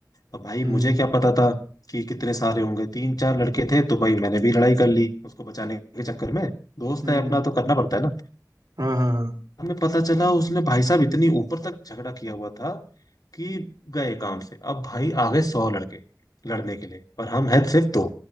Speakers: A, on the left; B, on the right.
A: अब भाई
B: हम्म
A: मुझे क्या पता था कि कितने सारे होंगे तीन चार लड़के थे तो भाई मैंने भी लड़ाई कर ली उसको बचाने के चक्कर में दोस्त
B: हम्म
A: है अपना तो करना पड़ता है ना
B: हाँ हाँ हाँ
A: हमें पता चला उसने भाई साहब इतनी ऊपर तक झगड़ा किया हुआ था कि गए काम से अब भाई आ गए सौ लड़के लड़ने के लिए और हम हैं सिर्फ दो